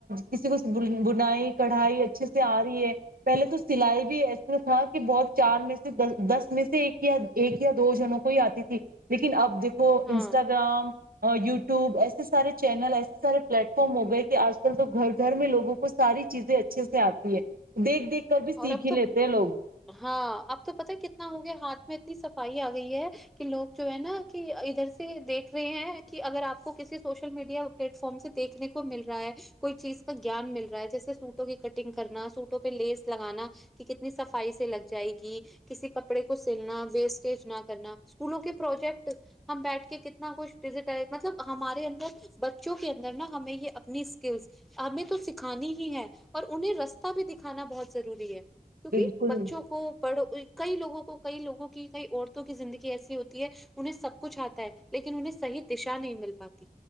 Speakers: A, on the right; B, in the centre.
A: کسی کو بنائی کڑھائی اچھے سے آ رہی ہے پہلے تو سلائی بھی ایسا تھا کہ بہت چار میں سے دس میں سے ایکیا ایک یا دو جنوں کو ہی آتی تھی لیکن اب دیک کو
B: ہاں
A: انسٹاگرام <unintelligible> یو وب ایسے سارے چینل ایسے سارے پلیٹ فارم ہو گئے کہ آج کل تو گھر گھر میںوگوں کو ساری چیزیں اچھے سے آتی ہے دیکھ دیکھ کر بھی سیکھ
B: اور اب تو
A: ہی لیتے ہیں لوگ
B: ہاں اب تو پت کتنا ہوگیا ہاتھ میں اتنی صفائی آ گئی ہے کہ لوگ جو ہے نا کہ ادھر سے دیکھ رہے ہیں کہ اگر آپ کو کسی سوشل میڈیا پلیٹ فارم سے دیکنے کو مل رہا ہے کوئی چیز کا گیان مل رہا ہے جیسے سوٹوں کی کٹنگ کرنا سوٹوں پہ لیس لگانا کہ کتنی صفائی سے لگ جائے گی کسی کپڑے کو سلنا ویسٹیج نہ کرنا اسکولوں کے پروجیکٹ ہم بیٹھ کے کتنا کچھ ڈٹ مطلب ہمارے اندر بچوں کے اندر نا ہمیں یہ اپنی اسکلس ہمیں تو سکھانی ہی ہے اور انہیں رستہ بھی دکھانا بہت ضروری ہے کیونکہ
A: بالکل
B: بچوں کو پڑھ کئی لوگوں کو کئی لوگوں کی کئی عورتوں کی زندگی ایسی ہوتی ہے انہیں سب کچھ آتا ہے لیکن انہیں صح دشا نہیں مل پاتی